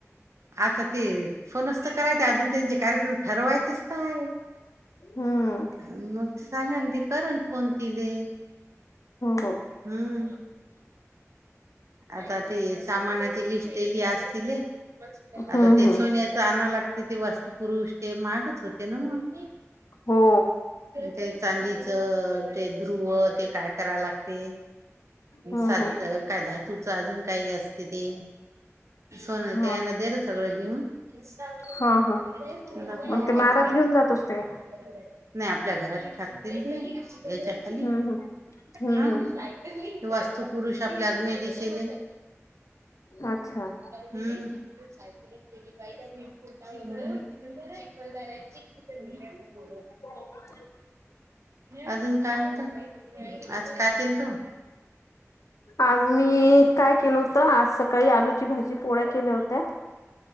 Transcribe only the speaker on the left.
हम्म
हो
हम्म
हम्म
हो
हम्म
हम्म
हा
हा हा
मग ते महाराज
घेऊन जातोस ते
हम्म हम्म हम्म
हम्म
अच्छा
ब
आज मी काय केल होत आज सकाळी आलू. ची भाजी पोळ्या केल्या होत्या.